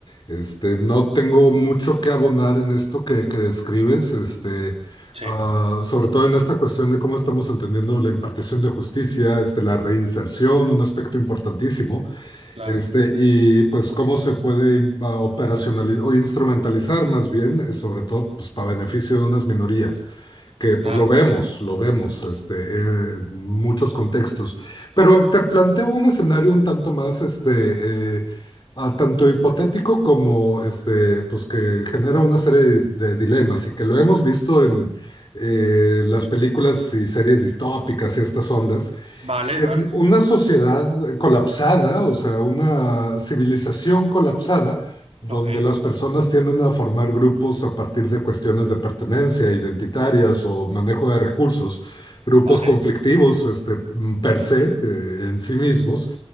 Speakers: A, on the left; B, on the right.
A: Este, no tengo mucho que abonar en esto que, que describes, este,
B: sí,
A: ah, sobre todo en esta cuestión de cómo estamos entendiendo la impartición de justicia, este, la reinserción, un aspecto importantísimo.
B: claro,
A: Este, y pues cómo se puede in- a- operacionalizar o instrumentalizar más bien, eh, sobre todo pues para beneficio de unas minorías, que pues
B: claro.
A: lo vemos, lo vemos este, en muchos contextos. Pero te planteo un escenario un tanto más, este, eh, a- tanto hipotético como, este, pues que genera una serie de, de dilemas y que lo hemos visto en eh, las películas y series distópicas y estas ondas
B: Vale,
A: en
B: vale,
A: una sociedad colapsada, o sea, una civilización colapsada, donde
B: ok,
A: las personas tienden a formar grupos a partir de cuestiones de pertenencia, identitarias o manejo de recursos, grupos
B: vale,
A: conflictivos, este, per se, eh, en sí mismos,